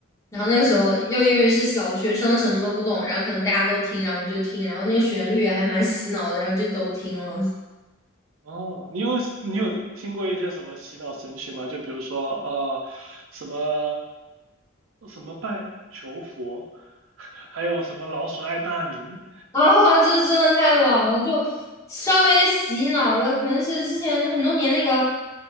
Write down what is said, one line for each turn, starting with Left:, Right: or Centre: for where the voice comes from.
Left: 然后那个时候又因为是小学生，什么都不懂，然后可能大家都听，然后你就听，然后那个旋律也还蛮洗脑的，然后就都听了。
Right: 哦，你有你有听过一些什么洗脑神曲吗？就比如说呃，什么什么拜求佛，<laughs> 还有什么老鼠爱大米。
Left: <laughs> 啊，这真的太老了，就稍微洗脑的，可能是之前很多年那个